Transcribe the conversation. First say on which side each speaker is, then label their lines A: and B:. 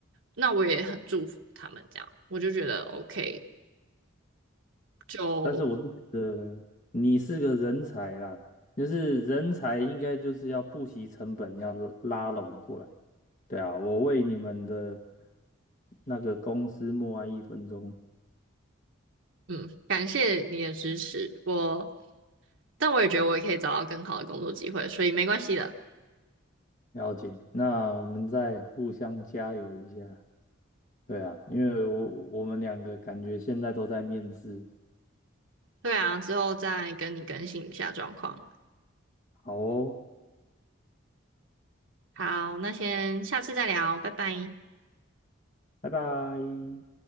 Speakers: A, on the right; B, on the left.
A: 那我也很祝福他们这样，我就觉得 OK，就。
B: 但是我是觉得你是个人才啦，就是人才应该就是要不惜成本要拉拉拢过来。对啊，我为你们的那个公司默哀一分钟，
A: 嗯，感谢你的支持，我，但我也觉得我也可以找到更好的工作机会，所以没关系的。
B: 了解。那我们再互相加油一下。对啊，因为我我们两个感觉现在都在面试，
A: 对啊，之后再跟你更新一下状况。
B: 好哦，
A: 好，那先下次再聊，拜拜。
B: 拜拜。